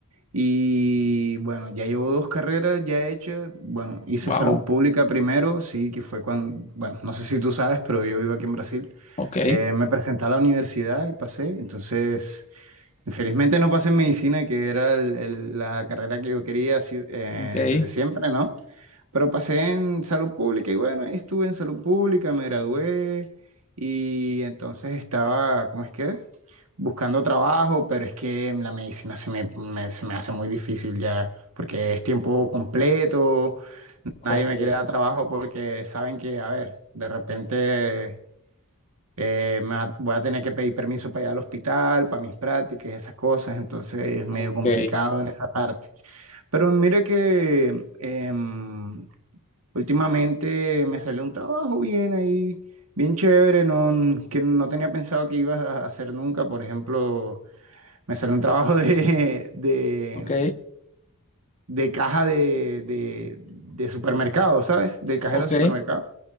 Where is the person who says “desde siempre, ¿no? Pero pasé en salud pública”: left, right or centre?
Right